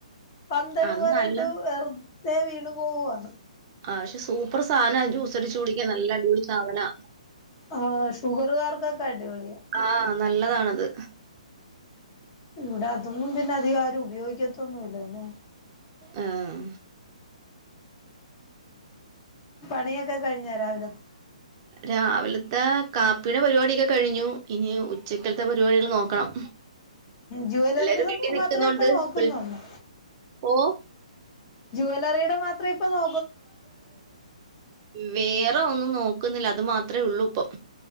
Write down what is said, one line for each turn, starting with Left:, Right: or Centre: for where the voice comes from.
Left: പന്തല്
Right: അത്
Left: പോലെയിട്ട്
Right: നല്ല
Left: വെറുതെ വീണു പോവാണ്
Right: ആ പക്ഷെ സൂപ്പർ സാധനാ ജ്യൂസടിച്ച് കുടിക്കാ നല്ല അടിപൊളി സാധനാ.
Left: ആ ഷുഗറുകാർക്കൊക്കെ അടിപൊളിയ.
Right: ആഹ് നല്ലതാണത്.
Left: ഇവിടെ അതൊന്നും പിന്നെ അധികം ആരും ഉപയോഗിക്കത്തൊന്നുല്ല ല്ലേ.
Right: ആഹ്
Left: പണിയൊക്കെ കഴിഞ്ഞാ രാവിലത്തെ.
Right: രാവിലത്തെ കാപ്പിയുടെ പരിപാടിയക്കെ കഴിഞ്ഞു ഇനി ഉച്ചക്കത്തെ പരിപാടികൾ നോക്കണം.
Left: ജ്വലറിയുടെ
Right: പിള്ളേര്
Left: സംഭവം
Right: വീട്ടിൽ നിൽക്കുന്നോണ്ട്
Left: മാത്ര ഇപ്പ നോക്കുന്നുള്ളൂ.
Right: വിളി- ഓ?
Left: ജുവലറിയുടെ മാത്രം ത്ര ഇപ്പെ നോ
Right: വേറെ ഒന്നും നോക്കുന്നില്ല അത് മാത്ര ത്രേ ഉള്ളൂ ഇപ്പം